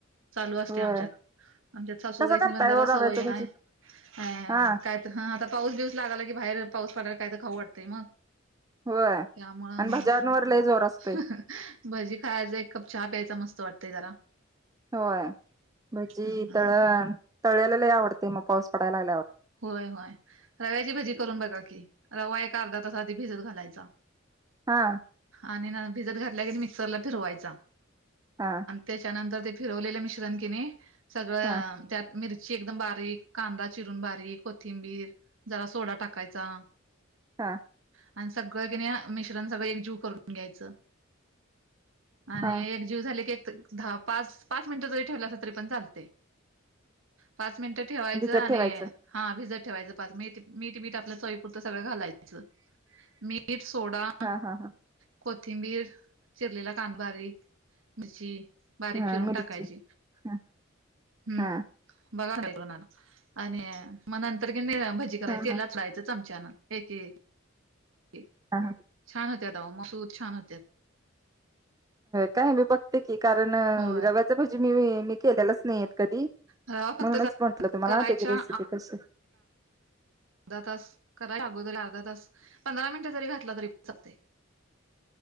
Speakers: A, on the right; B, on the right.
A: चालू असते
B: होय
A: आमच्यात आमच्यात सासूबाईसनी
B: कसं करताय
A: पण जरा
B: ओ रव्याचं
A: सवय हाय
B: भजी
A: अ
B: हा
A: काय हा आता पाऊस बीऊस लागला की बाहेर पाऊस पडयला काय तर खाऊ वाटते ना.
B: होय
A: त्यामुळं
B: आणि
A: मग
B: भज्यांवर लय जोर असतोय
A: <unintelligible> भजी खायाच एक कप चहा प्यायचा मस्त वाटतय जरा.
B: होय भजी
A: हम्म
B: तळण तळ्यालेल लय आवडते मग पाऊस पडाय लागल्यावर.
A: होय होय. रव्याची भजी करून बघा की रवा एक अर्धा तास आधी भिजत घालायचा.
B: हा.
A: आणि ना भिजत घातल्या कीनी मिक्सरला फिरवायचा
B: हा.
A: त्याच्यानंतर ते फिरवलेलं मिश्रण की नई सगळं
B: हा
A: त्यात मिरची एकदम बारीक कांदा चिरून बारी ती कोथिंबीर जरा सोडा टाकायचा
B: हा.
A: आणि सगळं कणी मिश्रण सगळं एकजीव करून घ्यायचं. आणि
B: हा
A: एक एकजीव झालं की एक ध पाच पाच मिनिट ठेवलासा तरी पण चालतय पाच मिनिट ठेवायच
B: भिजत
A: आणि
B: ठेवायचं
A: हा भिजत ठेवायचं पाच मी मीठ बीठ आपल्या चवीपुरतं सगळं घालायचं. मीठ सोडा
B: हा हा हा
A: कोथिंबीर चिरलेला कांदा बारीक मिरची बारीक
B: हा
A: चिरून
B: मिरची
A: टाकायची
B: हा
A: हम्म.
B: हा
A: बघा करून आता आणि म नंतर की नाही भजी करायची
B: हा
A: तेलात
B: हा
A: सोड्याची चमच्यान येते. <unintelligible>
B: हा हा.
A: छान होत्या आता मसूर छान होत्यात.
B: काय मी बघते की कारण
A: होय
B: रव्याचा भजी मी मी केलेलाच नाही येत. कधी
A: रवा फक्त
B: म्हणूनच म्हंटलं तुम्हाला
A: करायच्या
B: त्याची रेसिपी कशी
A: अर्ध तास कराचा आधी अर्धा तास पंधरा मिनिटं जरी घातला तरी चालते.